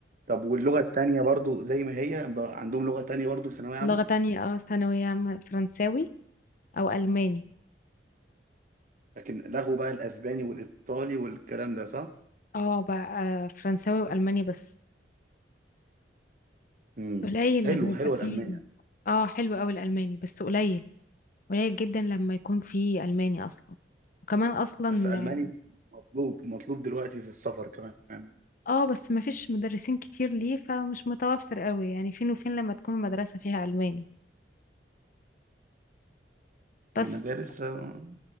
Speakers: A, on the right; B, on the left.
A: طب واللغة التانية برضو زي ما هي ب- عندهم لغة تانية برضو في ثانوية عامة
B: لغة تانية اه ثانوية عامة فرنساوي او الماني
A: لكن لغوا بقى الاسباني والايطالي والكلام ده صح؟
B: اه بقى آه، فرنساوي والماني بس
A: امم
B: قليل
A: حلو
B: لما يبقى
A: حلوة
B: فيه
A: الالمانية
B: اه حلو قوي الالماني بس قليل قليل جدا لما يكون في الماني اصلا وكمان اصلا
A: بس الماني مطلوب مطلوب دلوقتي في السفر كمان
B: اه بس ما فيش مدرسين كتير ليه فمش متوفر قوي يعني فين وفين لما تكون المدرسة فيها الماني بس
A: المدارس آه،